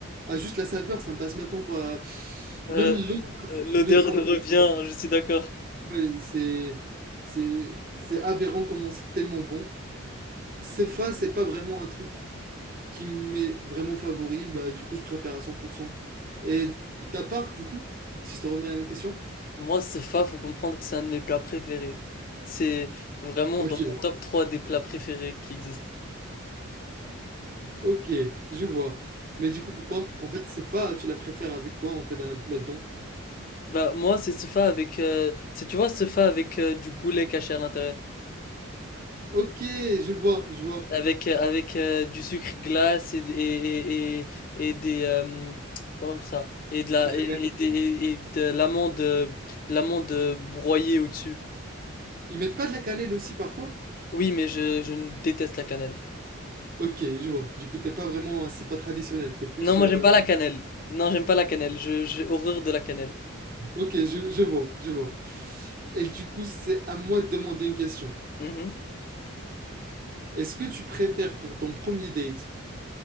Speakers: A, on the right; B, on the left.
A: Ah, juste la saveur, ça me passe maintenant pas.
B: Euh,
A: Même l'odeur,
B: euh, l'odeur
A: je le sens.
B: nous revient, je suis d'accord.
A: Ouais, C'est, c'est, c'est aberrant comment c'est tellement bon. CEFA, c'est pas vraiment un truc qui m'est vraiment favori. Bah, du coup, je préfère à cent pour cent Et ta part, du coup, si je te remets la même question?
B: Moi, CFA, faut comprendre que c'est un de mes plats préférés. C'est vraiment
A: Ok,
B: dans mon top 3 des plats préférés qui existent.
A: ok, je vois. Mais du coup, pourquoi? En fait, CEFA, tu la préfères avec quoi, en fait, là- là-dedans?
B: Bah moi, c'est CFA avec euh, c'est tu vois CFA avec euh, du poulet caché à l'intérieur.
A: Ok, je vois, je vois.
B: Avec, euh, avec euh, du sucre glace et, et, et, et- et des euh, comment on appelle ça? Et de la
A: C'est de la
B: et, et
A: cannelle?
B: des- et- et de l'amande euh, de l'amande euh, broyée au-dessus.
A: Ils mettent pas de la cannelle aussi, parfois?
B: Oui, mais je, je ne déteste la cannelle.
A: Ok, je vois. Du coup, t'es pas vraiment un CEFA traditionnel. T'es plus...
B: Non, moi
A: euh,
B: j'aime pas la cannelle. Non, j'aime pas la cannelle. Je, j'ai horreur de la cannelle.
A: Ok, je, je vois, je vois. Et du coup, c'est à moi de demander une question.
B: Mhm,
A: Est-ce que tu préfères pour ton premier date